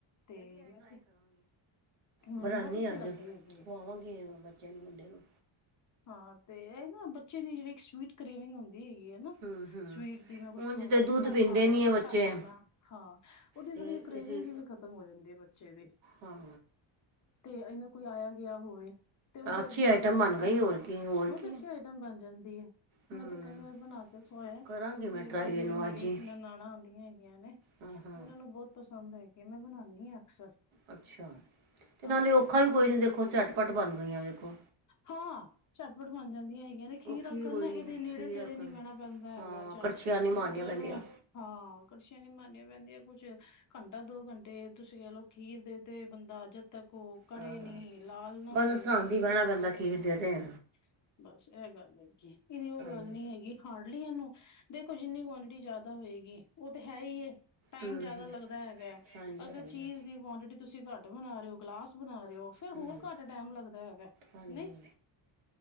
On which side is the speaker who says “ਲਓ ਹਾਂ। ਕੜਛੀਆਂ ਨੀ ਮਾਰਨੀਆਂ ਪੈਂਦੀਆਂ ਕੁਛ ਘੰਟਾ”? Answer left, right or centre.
Left